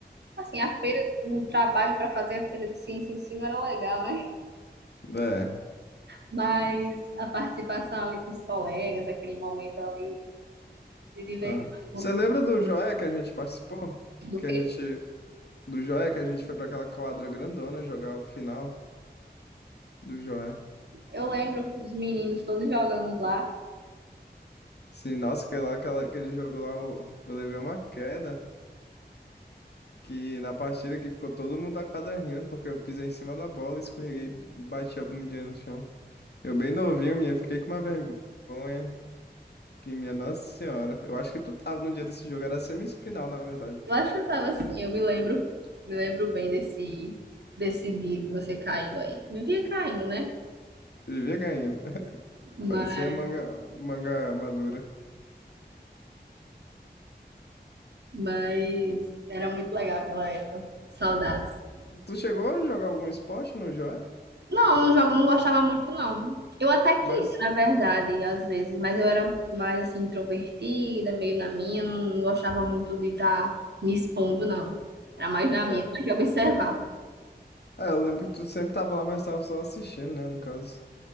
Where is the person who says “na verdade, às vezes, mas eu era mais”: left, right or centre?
Right